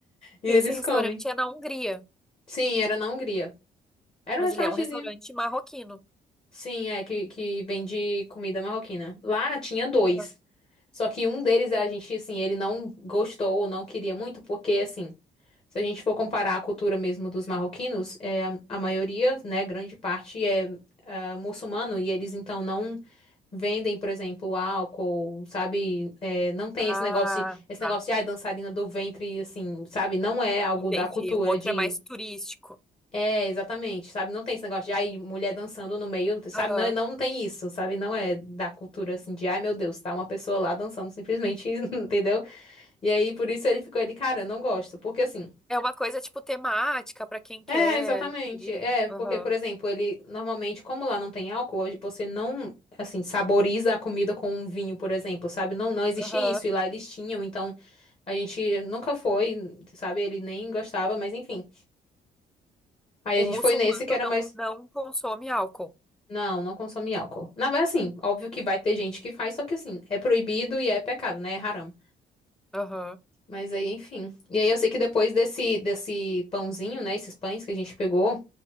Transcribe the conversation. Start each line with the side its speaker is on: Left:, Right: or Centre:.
Left: E
Centre: Esse
Left: eles
Centre: restaurante
Left: comem.
Centre: é na Hungria,
Left: Sim, era na Hungria. Era
Centre: mas
Left: um restaurantezinho.
Centre: ele é um restaurante marroquino.
Left: Sim, é, que, que vende comida marroquina. Lá tinha dois.
Centre: Aham.
Left: Só que um deles, a gente, assim, ele não gostou ou não queria muito, porque, assim, se a gente for comparar a cultura mesmo dos marroquinos, é, a, a maioria, né, grande parte é, ah, muçulmano e eles, então, não vendem, por exemplo, álcool, sabe? É, não tem
Centre: Ah,
Left: esse negócio de, esse
Centre: tá.
Left: negócio de, ai, dançarina do ventre, assim, sabe? Não é algo
Centre: Entendi.
Left: da cultura
Centre: O outro
Left: de
Centre: é mais turístico.
Left: é, exatamente, sabe? Não tem esse negócio de, ai, mulher dançando no meio, sabe?
Centre: Aham.
Left: Não, não tem isso, sabe? Não é da cultura assim de, ai, meu Deus, tá uma pessoa lá dançando simplesmente, <laughs> entendeu? E aí, por isso ele ficou, ele, cara, não gosto, porque assim.
Centre: É uma coisa tipo temática para quem quer.
Left: É, exatamente.
Centre: ir.
Left: É, porque,
Centre: Aham.
Left: por exemplo, ele normalmente, como lá não tem álcool, hoje você não, assim, saboriza a comida com um vinho, por exemplo, sabe? Não, não existe
Centre: Aham.
Left: isso, e lá eles tinham, então a gente nunca foi, sabe? Ele nem gostava, mas enfim. Aí
Centre: O
Left: a gente
Centre: muçulmano
Left: foi nesse que era
Centre: não,
Left: mais.
Centre: não consome álcool.
Left: Não, não consome álcool. Na verdade, assim, óbvio que vai ter gente que faz, só que assim, é proibido e é pecado, né? É haram.
Centre: Aham.
Left: Mas aí, enfim. E aí eu sei que depois desse, desse pãozinho, né? Esses pães que a gente pegou,